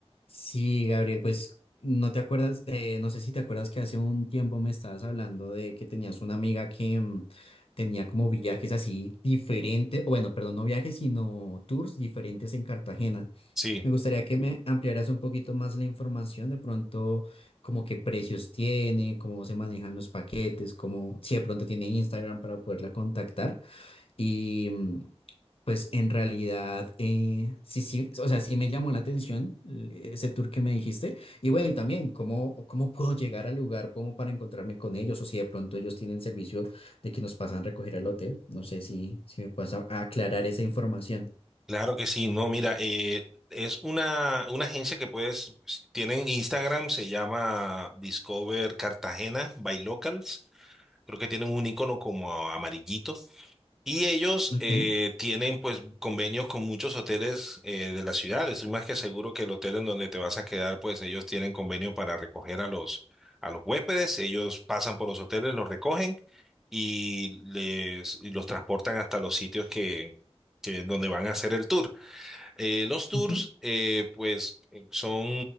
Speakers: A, on the left; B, in the centre.
A: Sí, Gabriel, pues no te acuerdas, eh, no sé si te acuerdas que hace un tiempo me estabas hablando de que tenías una amiga que mm, tenía como viajes así diferentes, bueno, perdón, no viajes, sino tours diferentes en Cartagena.
B: Sí,
A: Me gustaría que me ampliaras un poquito más la información, de pronto, como qué precios tiene, cómo se manejan los paquetes, como si de pronto tiene Instagram para poderla contactar. Y mm, pues en realidad, eh, sí, sí, o sea, sí me llamó la atención eh, ese tour que me dijiste. Y bueno, y también, ¿cómo, cómo puedo llegar al lugar como para encontrarme con ellos? O si de pronto ellos tienen servicio de que nos pasan a recoger al hotel. No sé si, si me puedes a- aclarar esa información.
B: claro que sí. No, mira, eh, es una, una agencia que puedes, tienen Instagram, se llama Discover Cartagena by Locals. Creo que tienen un icono como amarillito. Y ellos
A: Ok,
B: eh, tienen pues convenios con muchos hoteles eh, de la ciudad. Estoy más que seguro que el hotel en donde te vas a quedar, pues ellos tienen convenio para recoger a los, a los huéspedes. Ellos pasan por los hoteles, los recogen y les y los transportan hasta los sitios que, que donde van a hacer el tour. Eh, los tours,
A: ok.
B: eh, pues, eh, son,